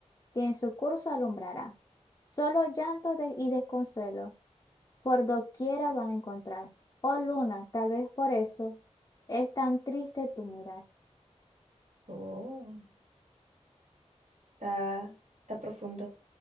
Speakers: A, on the left; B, on the right.
A: que en su curso alumbrará. Solo llanto de- y desconsuelo por doquiera van a encontrar. Oh luna, tal vez por eso es tan triste tu mirar.
B: Oh, está, está profundo.